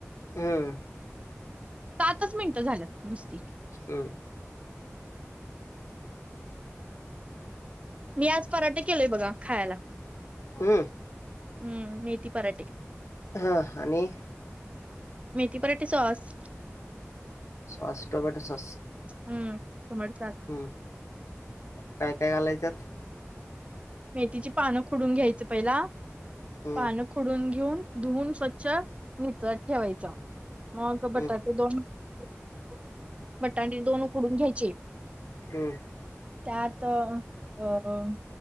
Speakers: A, on the left; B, on the right.
A: हम्म.
B: पाचच मिनिटं झाल्यात नुसती.
A: हम्.
B: मी आज पराठे केलय बघा खायला
A: हम्म
B: हम् मी. थी पराठे.
A: हा आणि
B: <inaudible> मेथी पराठे सॉस.
A: Sauce tomato sauce.
B: हम्म टोमॅटो सॉस.
A: ह काय काय घालायच्यात?
B: मेथीची पानं खोडून घ्यायचं पहिला
A: हम्म
B: पानं. खुडून घेऊन धुवून स्वच्छ नितात ठेवायच मग बटाटे
A: हम्म
B: दोन. <inaudible> बटांट दोन उकडून घ्यायचे.
A: हम्म.
B: त्यात अं